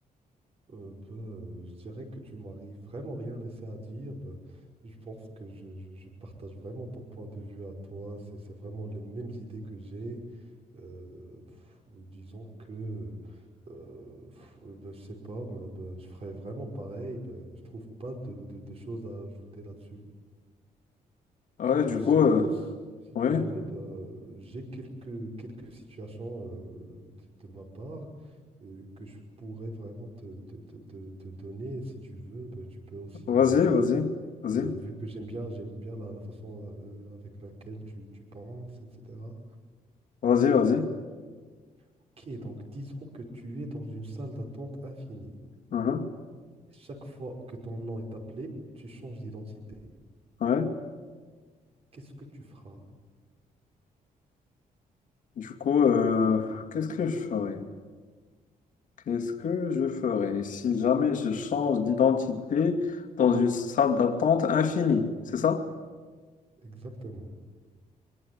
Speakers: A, on the right; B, on the left.
A: Euh, bah, euh, je dirais que tu m'arrives vraiment rien laissé à dire. bah, je pense que je, je- je partage vraiment ton point de vue à toi. C'est c'est vraiment les mêmes idées que j'ai. Euh, disons que, euh, pff, euh, ben, je sais pas, mais, ben, je ferais vraiment pareil. Ben, je trouve pas de, de- de choses à ajouter là-dessus.
B: Ouais, du
A: Euh, sinon,
B: coup, euh,
A: s- si
B: ouais,
A: tu veux, ben, j'ai quelques, quelques situations euh, de, de ma part euh, que je pourrais vraiment te, te- te- te- te donner. Si tu veux, ben, tu peux aussi
B: vas-y,
A: y répondre.
B: vas-y, vas-y,
A: Ben, vu que j'aime bien, j'aime bien la, la façon euh, avec laquelle tu, tu penses, etc.
B: vas-y, vas-y.
A: Ok, donc disons que tu es dans une salle d'attente infinie.
B: Mhm,
A: Chaque fois que ton nom est appelé, tu changes d'identité.
B: ouais.
A: Qu'est-ce que tu feras
B: Du coup, euh, qu'est-ce que je ferais? Qu'est-ce que je ferais si jamais je change d'identité dans une salle d'attente infinie, c'est ça?
A: exactement?